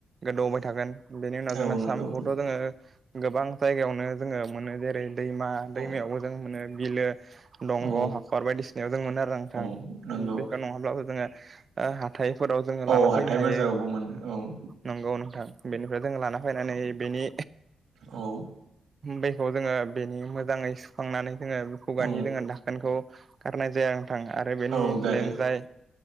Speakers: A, on the right; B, on the right.
A: गोदौबाय थागोन। बेनि उनाव
B: औ
A: जोंना
B: नंगौ
A: सामु खौथ जोङो गोबां जायगायावनो जोङो मोनो जेरै दैमा दैमायावबो
B: औ
A: जों मोनो बिलो दंग'
B: औ
A: हाखर बायदि सिनायाव जों मोनो आरो नोंथां।
B: औ नंगौ
A: बे नङाब्लाबो जोङो ओ हाथाय फोराव जोङो लाना
B: औ
A: फैनो
B: हाथाय
A: हायो।
B: बाजारावबो मोनो
A: नंगौ नोंथां बेनिफ्राय जों लाना फैनानै बेनि
B: औ
A: बेखौ जोङो बेनि मोजाङै सुखांनानै जोङो बे खुगानि
B: औ
A: जोङो दाखोनखौ गारनाय जायो। थां आरो बेनि
B: औ गारो
A: बेनि लेन्जाइ